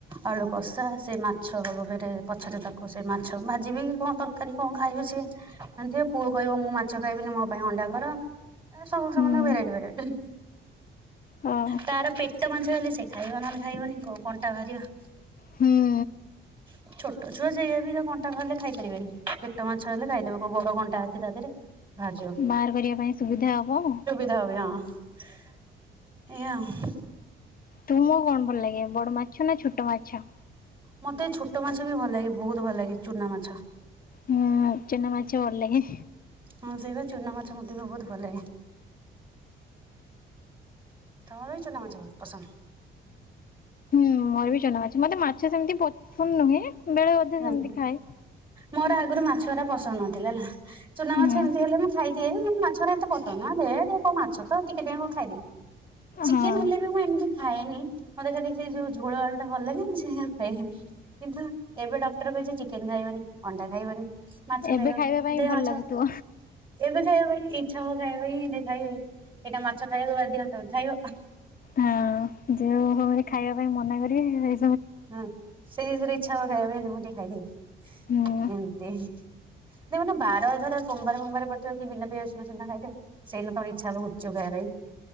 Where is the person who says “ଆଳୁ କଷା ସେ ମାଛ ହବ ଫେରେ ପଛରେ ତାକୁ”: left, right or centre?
Right